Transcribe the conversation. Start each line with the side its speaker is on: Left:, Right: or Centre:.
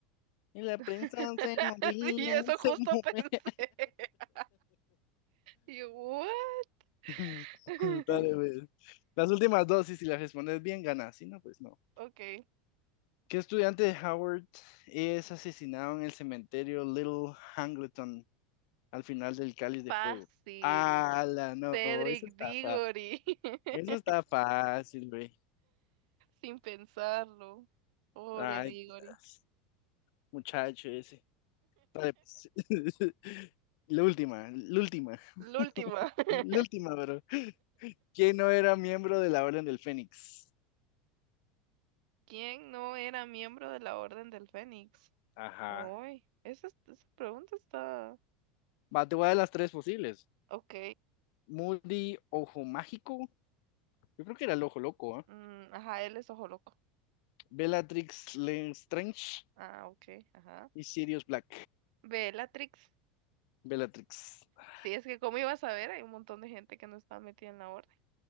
Left: Y la prensa
Right: <laughs>
Left: se movía,
Right: Sí, eso
Left: se
Right: justo
Left: movía.
Right: pensé. <laughs> Y yo, "What?".
Left: <laughs>
Right: <laughs>
Left: Dale, pues. Las últimas dos, y si las respondes bien, ganas. Si no, pues no.
Right: Ok,
Left: ¿Qué estudiante de Howard es asesinado en el cementerio Little Hangleton al final del cáliz de
Right: fácil.
Left: fuego. la no,
Right: Cedric
Left: eso está
Right: Diggory.
Left: fácil.
Right: <laughs>
Left: Eso está fácil, güey.
Right: Sin pensarlo. Pobre
Left: Ay,
Right: Diggory.
Left: Dios. muchacho ese. Dale, pues. <laughs> La última, la última,
Right: La
Left: <laughs>
Right: última. <laughs>
Left: la última, pero ¿Quién no era miembro de la Orden del Fénix?
Right: ¿Quién no era miembro de la Orden del Fénix?
Left: Ajá.
Right: Uy, esa, esa pregunta está...
Left: Va, te voy a dar las tres posibles.
Right: Ok.
Left: Moody Ojo Mágico. Yo creo que era el Ojo Loco, ¿ah?
Right: Mm, ajá, él es ojo loco.
Left: Bellatrix Lestrange
Right: Ah, ok, ajá.
Left: y Sirius Black.
Right: Bellatrix.
Left: Bellatrix. Ah,
Right: Sí, es que como iba a saber, hay un montón de gente que no está metida en la orden.